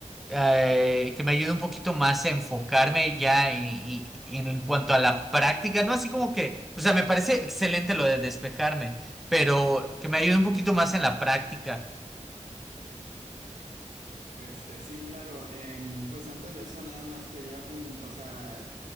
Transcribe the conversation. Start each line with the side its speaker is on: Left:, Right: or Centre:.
Centre: eh, que me ayude un poquito más a enfocarme ya en, en- en cuanto a la práctica? No así como que, o sea, me parece excelente lo de despejarme, pero que me ayude un poquito más en la práctica.
Right: Este, sí, claro. em, pues antes de eso, nada más quería, apun- o sea,